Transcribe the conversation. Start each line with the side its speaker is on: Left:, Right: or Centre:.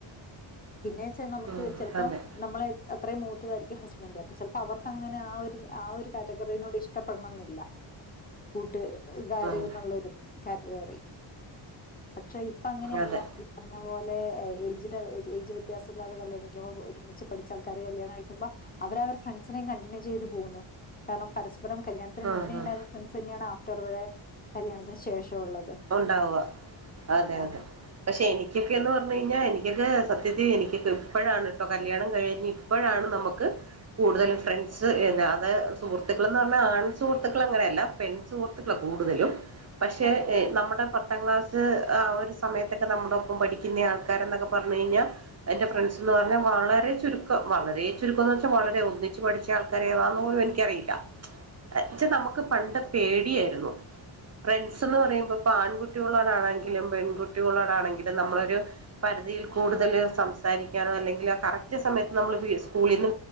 Left: പിന്നെച്ചാ നമുക്ക്
Right: ഉം
Left: ചെലപ്പോ
Right: അതെ
Left: നമ്മളെ അത്രയും മൂത്തതായിരിക്കും ഹസ്ബൻഡ് അപ്പം ചിലപ്പോ അവർക്കങ്ങനെ ആ ഒരു ആ ഒരു കാറ്റഗറിനോട് ഇഷ്ടപ്പെ പെടണംന്നില്ല കൂട്ട് ഇതാര്
Right: ഉം
Left: എന്നുള്ളരു കാറ്റഗറി പക്ഷെ ഇപ്പം അങ്ങനെയല്ല
Right: അതെ
Left: പറഞ്ഞ പോലെ ഏജ്ട് ഏജ് വ്യത്യാസം ഇല്ലാതെ കല്യാണം കഴിക്കുമ്പോ ഒരു ഒന്നിച്ച് പഠിച്ച ആൾക്കാര് കല്യാണം അിക്കുമ്പോ അവർ ഫ്രണ്ട്സിനെ കണ്ടിന്യൂ ചെയ്തു പോകുന്നു കാരണം പരസ്പരം കല്യാണത്തിന്
Right: ഉം
Left: മുന്നേ ഉണ്ടായിരുന്ന
Right: ഉം
Left: ഫ്രണ്ട്സ് തന്നെയാണ് ആഫ്റ്റർ വരെ കല്യാണത്തിന് ശേഷം ഉള്ളത്
Right: ഉണ്ടാവുക അതെ
Left: ആ
Right: അതെ പക്ഷെ എനിക്കൊക്കെ എന്ന് പറഞ്ഞു കഴിഞ്ഞാൽ എനിക്കൊക്കെ സത്യത്തിൽ എനിക്കൊക്കെ ഇപ്പോഴാണ് കേട്ടോ കല്യാണം കഴിഞ്ഞ് ഇപ്പോഴാണ് നമുക്ക് കൂടുതലും ഫ്രണ്ട്സ് അത് സുഹൃത്തുക്കൾ എന്ന് പറഞ്ഞാൽ ആൺ സുഹൃത്തുക്കൾ അങ്ങനെയല്ല പെൺ സുഹൃ ത്തുക്കളാ കൂടുതലും പക്ഷേ
Left: ആ
Right: നമ്മുടെ പത്താം ക്ലാസ് ആ ഒരു സമയത്തൊക്കെ നമ്മുടെ ഒപ്പം പഠിക്കുന്ന ആൾക്കാര എന്നൊക്കെ പറഞ്ഞു കഴിഞ്ഞാൽ എന്റെ ഫ്രണ്ട്സ്ന്ന് പറഞ്ഞാൽ വളരെ ചുരുക്കം വളരെ ചുരുക്കംന്ന് വെച്ചാൽ വളരെ ഒന്നിച്ച് പഠിച്ചു വല്യ ആൾക്കാര ഏതാന്ന് പോലും എനിക്കറിയില്ല വച്ചാ നമുക്ക് പണ്ട് പേടിയായിരുന്നു ഫ്രണ്ട്സ് എന്ന് പറയുമ്പോ ആൺകുട്ടികളോടാണെങ്കിലും പെൺകുട്ടികളോടാണെങ്കിലും നമ്മൾ പരിതിയിൽ കൂടുതല് സംസാരി- ക്കാനോ അല്ലെങ്കിൽ ആ കറക്റ്റ് സമയത്ത് നമ്മള് വി സ്കൂളീന്ന്